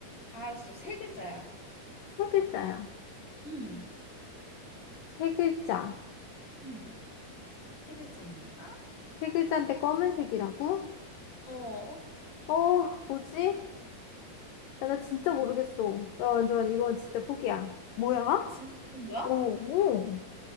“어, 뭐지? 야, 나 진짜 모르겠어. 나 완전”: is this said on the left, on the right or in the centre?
Left